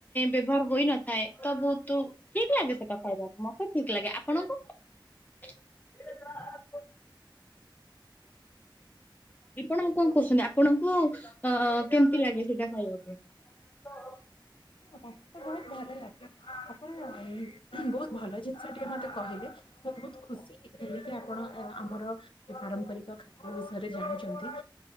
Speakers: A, on the left; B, on the left.
A: ବ୍ୟବହାର ହୋଇନଥାଏ ତ ବହୁତ ଠିକ୍ ଲାଗେ ସେଟା ଖାଇବାକୁ ମତେ ଠିକ୍ ଲାଗେ, ଆପଣଙ୍କୁ? <unintelligible> ଆପଣ ଆଉ କଣ କରୁଛନ୍ତି ଆପଣଙ୍କୁ ଅଁ କେମିତି ଲାଗେ ସେଇଟା ଖାଇବା ପାଇଁ?
B: ମୋତେ ତ ବହୁତ ଭଲ ଲାଗେ ଆପଣ ବହୁତ ଭଲ ଜିନିଷ ଟିଏ ମତେ କହିଲେ ମୁଁ ବହୁତ ଖୁସିହେଇଥାନ୍ତି କି ଆପଣ ଆମର ତ ଏ ପାରମ୍ପରିକ ଖାଦ୍ୟ ବିଷୟରେ ଜାଣିଛନ୍ତି